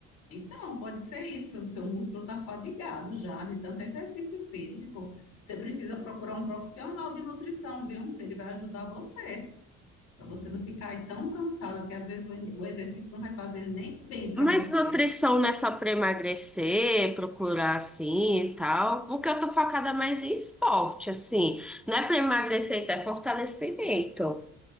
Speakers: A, on the left; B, in the centre.
A: Então, pode ser isso. O seu músculo está fadigado já de tanto exercício físico. Você precisa procurar um profissional de nutrição, viu? Que ele vai ajudar você, para você não ficar aí tão cansada, que às vezes o en- o exercício não vai fazer nem bem para
B: Mas
A: você.
B: nutrição não é só pra emagrecer, procurar assim e tal. Porque eu tô focada mais em esporte, assim. Não é pra emagrecer, então é fortalecimento.